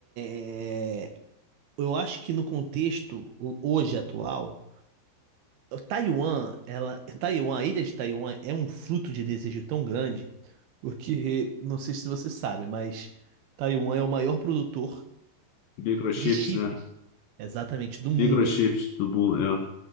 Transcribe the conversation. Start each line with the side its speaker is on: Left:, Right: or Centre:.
Right: é, eu acho que no contexto ho- hoje atual. Taiwan, ela, Taiwan, a ilha de Taiwan é um fruto de desejo tão grande, porque não sei se você sabe, mas Taiwan é o maior produtor
Left: microchips,
Right: de chips,
Left: né?
Right: exatamente, do mundo.
Left: Microchips do mundo,